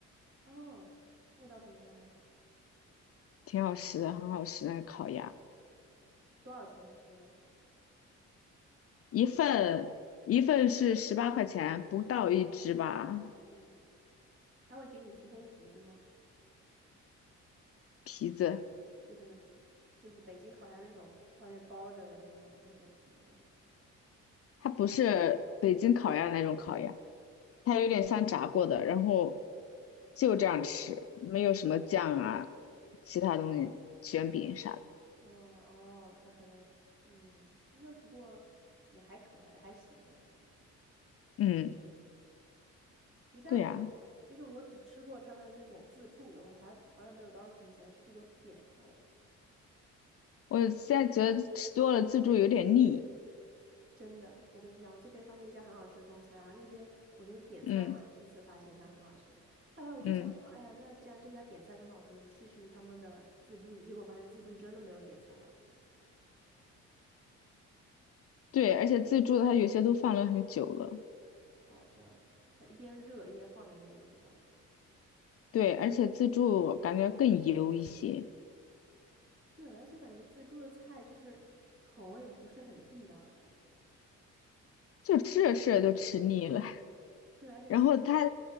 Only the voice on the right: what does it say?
哦，味道怎么样呢？
多少钱一只呢？
嗯，他会给你提供皮子吗？
就是那，就是北京烤鸭那种外面包着的那种那种皮子。
嗯，哦，他可能，嗯，那不过也还可爱，还行，我觉得。
福家阁，
其实我只吃过他们那种自助的，我还从来没有当时以前试过点菜的。
真的，我跟你讲，我这边发现一家很好吃的中餐，然后那天我是因为点菜嘛，
第一次发现它很好吃，后来我就想说，
哎呀，那既然这家点菜这么好吃，试试他们的自助，结果发现自助真的没有点菜好吃。
哦，这样的，它一边热一边放在那边，对吧？
对，而且感觉自助的菜就是口味不是很地道的感觉。
对，而且自，